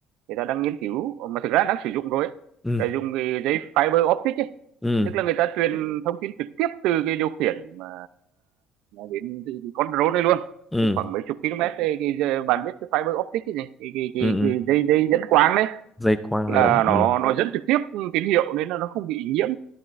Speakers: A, on the right; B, in the centre.
A: người ta đang nghiên cứu Ờ, mà thực ra đang sử dụng rồi ấy,
B: ừ
A: là dùng cái dây fiber optic ấy
B: ừ
A: tức là người ta truyền thông tin trực tiếp từ cái điều khiển mà đến con drone này luôn
B: ừ
A: cái khoảng mấy chục km đây, cái, cái, bạn biết cái fiber optic cái gì cái, cái, cái,
B: ừ, ừ.
A: cái dây dây dẫn quang đấy
B: dây quang
A: là
B: lẫn
A: nó
B: ừ
A: nó dẫn trực tiếp tín hiệu nên là nó không bị nhiễm